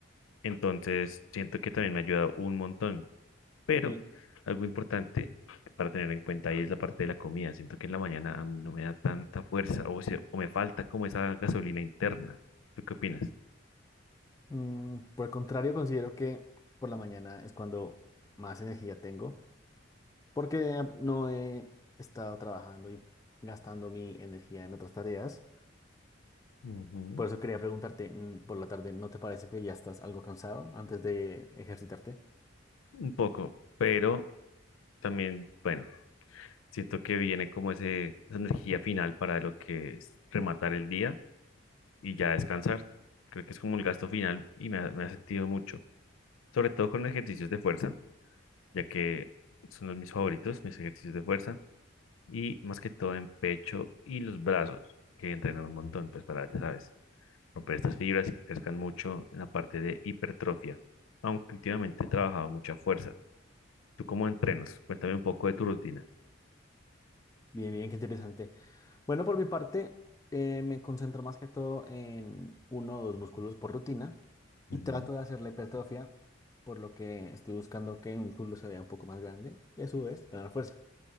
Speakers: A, on the left; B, on the left.
A: Entonces, siento que también me ha ayudado un montón, pero
B: Y
A: algo importante para tener en cuenta ahí es la parte de la comida. Siento que en la mañana a mí no me da tanta fuerza o, se- o me falta como esa gasolina interna. ¿Tú qué opinas?
B: mm, por el contrario, considero que por la mañana es cuando más energía tengo porque no he estado trabajando y gastando mi energía en otras tareas.
A: Ujú,
B: Por eso quería preguntarte mm, por la tarde, ¿no te parece que ya estás algo cansado antes de ejercitarte?
A: Un poco, pero también, bueno, siento que viene como ese, esa energía final para lo que es rematar el día y ya descansar. Creo que es como el gasto final y me ha, me ha sentido mucho, sobre todo con ejercicios de fuerza, ya que son los mis favoritos, mis ejercicios de fuerza, y más que todo en pecho y los brazos, que entreno un montón, pues para, ya sabes, romper estas fibras y que crezcan mucho en la parte de hipertrofia, aunque últimamente he trabajado mucha fuerza. ¿Tú cómo entrenas? Cuéntame un poco de tu rutina.
B: Bien, bien, qué interesante. Bueno, por mi parte, eh, me concentro más que todo en uno o dos músculos por rutina y
A: Ujú,
B: trato de hacer la hipertrofia, por lo que estoy buscando que el músculo se vea un poco más grande y a su vez ganar fuerza.